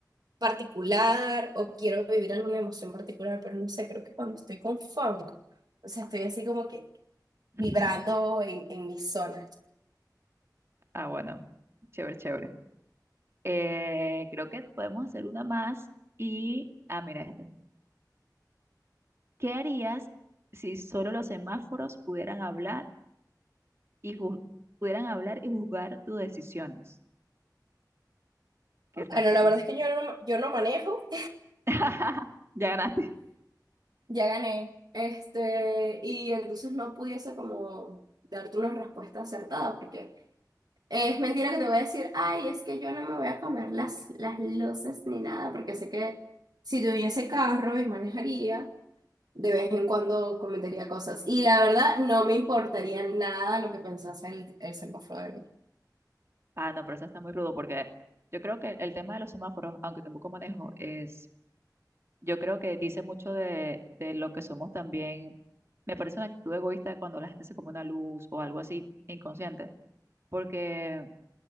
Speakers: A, on the right (about 65°); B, on the right (about 35°).
A: particular o quiero vivir alguna emoción particular, pero no sé, creo que cuando estoy con funk, o sea, estoy así como que vibrando
B: <laughs>
A: en, en mis zonas.
B: Ah, bueno, chévere, chévere. Eh, creo que podemos hacer una más y, ah, mira esta. ¿Qué harías si solo los semáforos pudieran hablar? y ju- pudieran hablar y juzgar tus decisiones. Qué
A: Bueno,
B: ra- que-
A: la verdad es que yo no, yo no manejo,
B: <laughs> ya ganaste.
A: <laughs> ya gané, este, y entonces no pudiese como darte una respuesta acertada, porque es mentira que te voy a decir, ay, es que yo no me voy a comer las, las luces ni nada, porque sé que si tuviese carro y manejaría. De vez en cuando comentaría cosas. Y la verdad, no me importaría nada lo que pensase el, el semáforo de mí.
B: Ah, no, pero eso está muy rudo porque yo creo que el tema de los semáforos, aunque tampoco manejo, es, yo creo que dice mucho de, de lo que somos también. Me parece una actitud egoísta cuando la gente se come una luz o algo así inconsciente, porque